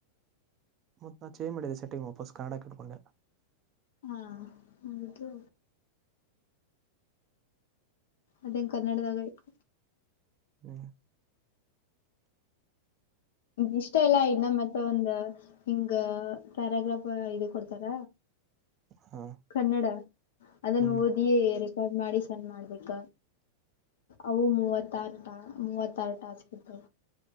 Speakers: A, on the right; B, on the left.
A: ಮತ್ತತ್ ನಾ ಚೇಜ್ ಮಾಡಿದ್ದೆ ಸೆಟ್ಟಿಂಗ್ ವಾಪಸ್ ಕನ್ನಡಕ್ಕೆ ಇಟ್ಕೊಂಡೆ
B: ಹಾ ಅದು ಅದಂಗ ಕನ್ನಡದಾಗ ಆಯ್ತು
A: ಹ್ಮ
B: ಇಷ್ಟ ಎಲ್ಲಾ ಇನ್ನ ಮತ್ತೆ ಒಂದ ಹಿಂಗ ಪ್ಯಾರಾಗ್ರಾಫ್ ಇ ಕೊಡ್ತಾರ
A: ಹಾ
B: ಕನ್ನಡ ಅದನ್ನು
A: ಹ್ಮ್
B: ಓದಿಯೇ ರೆಕಾರ್ಡ್ ಮಾಡಿ ಸಣ ಮಾಡ್ಬೇಕ ಅವು ಮೂವತ್ತಾರಟ ಮೂವತ್ತಾರಟ ಹಸ್ಕತ್ತು